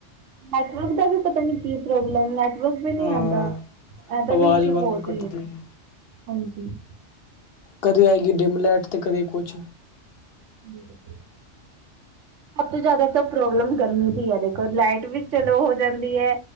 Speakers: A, on the right (about 85°); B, on the left (about 60°).
A: <unintelligible> ਕੀ ਪ੍ਰੋਬਲਮ ਨੈ ਕੁਝ ਵੀ ਨਹੀਂ
B: ਹਾਂ
A: ਆਂਦਾ ਐਰ
B: ਆਵਾਜ਼
A: ਵੀ ਸ਼ੂ
B: ਵਾਰ
A: ਬੌਤ
B: ਕੱਟਦੀ ਹੈ।
A: ਹਾਜੀ।
B: ਕਦੇ ਆਏਗੀ ਡਿਮਲੈਟ ਤੇ ਕਦੇ ਕੁਝ।
A: <inaudible> ਸਭ ਤੋਂ ਜਿਆਦਾ ਕੋ ਪ੍ਰੋਬਲਮ ਗਰਮੀ ਦੀ ਐ ਦੇਖੋ ਲਾਈਟ ਵੀ ਚਲੋ ਹੋ ਜਾਂਦੀ ਐ।